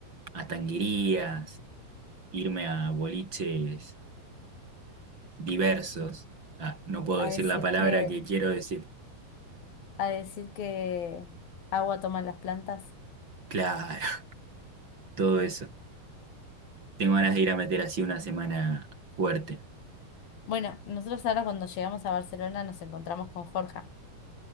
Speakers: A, on the right; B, on the left.
A: a tanguerías, irme a boliches diversos. Ah, no puedo
B: a
A: decir
B: decir
A: la palabra
B: que,
A: que quiero decir.
B: a decir que agua toman las plantas.
A: Claro, <laughs> todo eso. Tengo ganas de ir a meter así una semana fuerte.
B: Bueno, nosotros ahora cuando llegamos a Barcelona nos encontramos con Jorge.